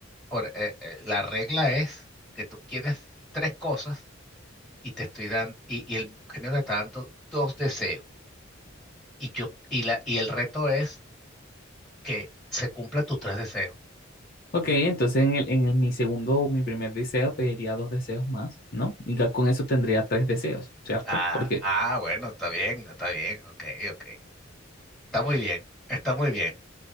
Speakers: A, in the centre; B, on the left (about 50°).
A: por, eh, eh, la regla es que tú quieres tres cosas y te estoy dando, y, y el genio te está dando dos deseos. Y yo, y la, y el reto es que se cumplan tus tres deseos.
B: Ok, entonces en, el- en el- mi segundo o mi primer deseo pediría dos deseos más, ¿no? Y ya con eso tendría tres deseos, ¿cierto?
A: Ah,
B: Porque
A: ah, bueno, está bien, está bien, ok, ok. Está muy bien, está muy bien.